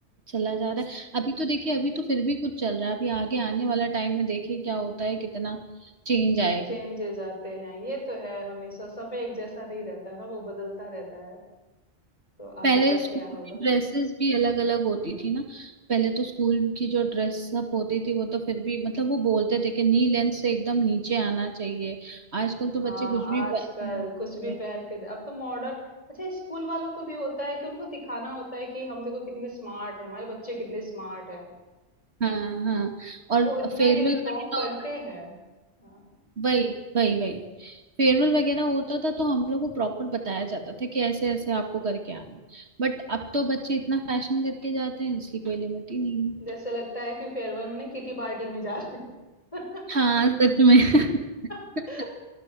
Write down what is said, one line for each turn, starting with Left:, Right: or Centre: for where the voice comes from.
Right: चला जा रहा है अभी तो देखिए अभी तो फिर भी कुछ चल रहा है अभी आगे आने वाला टाइम में देखिए क्या होता है कितना चेंज आएगा
Left: चेंजेस आते हैं ये तो है हमेशा समय एक जैसा नहीं रहता है ना वो बदलता रहता है तो आगे
Right: पहले
Left: का
Right: स्कूल
Left: क्या होगा
Right: की ड्रेसेस भी अलग अलग होती थी ना पहले तो स्कूल की जो ड्रेस अप होती थी वो तो फिर भी मतलब वो बोलते थे कि नी लेंथ से एकदम नीचे आना चाहिए आजकल तो
Left: हाँ
Right: बच्चे कुछ भी
Left: आजकल
Right: पह- पहनते
Left: कुछ भी
Right: हैं।
Left: पहन के दे- अब तो मॉडर्न अच्छा स्कूल वालों को भी होता है कि उनको दिखाना होता है कि हम देखो कितने स्मार्ट है हमारे बच्चे कितने स्मार्ट है
Right: हाँ हाँ और
Left: वो इतना
Right: फेयरवेल
Left: यूनिफॉर्म
Right: वगैरह
Left: करते
Right: होता
Left: हैं हाँ,
Right: वही वही वही फेयरवेल वगैरह होता था तो हम लोग को प्रॉपर बताया जाता था कि ऐसे ऐसे आपको करके आना है बट अब तो बच्चे इतना फैशन करके जाते हैं इसकी कोई लिमिट ही नहीं है
Left: जैसे लगता है कि फेयरवेल में किटी पार्टी में जा रहे हैं।
Right: हाँ सच में <laughs>
Left: <laughs>